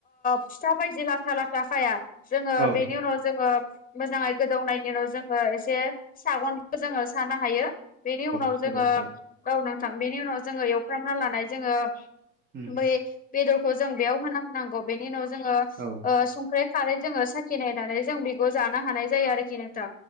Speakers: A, on the left; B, on the right.
A: फिथा बायदि लाथ्रा लाथाखाया जोङो
B: औ
A: बेनि उनाव जोङो मोजाङै गोदौनायनि उनाव जोङो एसे सागनखौ जोङो सानो हायो बेनि उनाव
B: औ नंगौ
A: जोङो
B: नोंथां
A: गावनांथां बेनि उनाव जोङो एवफ्रामना लानाय जोङो
B: उम,
A: बै। बेदरखौ जों बेयाव होना होनांगौ बेनि उनाव जोङो
B: औ।
A: संख्रै खारै जोङो साखि नायनानै जों बेखौ जानो हानाय जायो आरोखि नोंथां।